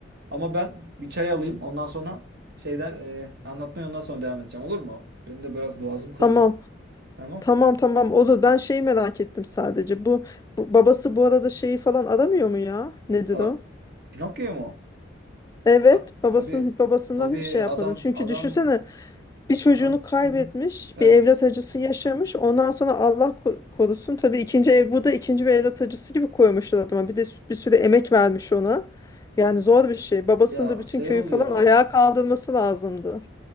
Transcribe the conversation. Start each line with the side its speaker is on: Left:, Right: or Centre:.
Right: Ama ben bir çay alayım. Ondan sonra şeyden e, anlatmaya ondan sonra devam edeceğim. Olur mu? Benim de biraz boğazım kurudu.
Left: Tamam.
Right: Tamam.
Left: Tamam tamam olur. Ben şeyi merak ettim sadece. Bu, bu babası bu arada şeyi falan aramıyor mu ya? Nedir
Right: Aa,
Left: o?
Right: Pinokyo mu? o?
Left: Evet,
Right: Ah,
Left: babasının
Right: tabii.
Left: babasından
Right: Tabii
Left: hiç şey yapmadın.
Right: adam
Left: Çünkü
Right: adam
Left: düşünsene Bir çocuğunu
Right: adam.
Left: kaybetmiş,
Right: Hı hı. Evet.
Left: bir evlat acısı yaşamış. Ondan sonra Allah ko- korusun tabii ikinci ev bu da ikinci bir evlat acısı gibi koymuşlar adama. Bir de sü- bir sürü emek vermiş ona. Yani zor bir şey. Babasının
Right: Ya
Left: da bütün
Right: şey
Left: köyü
Right: oluyor.
Left: falan ayağa kaldırması lazımdı.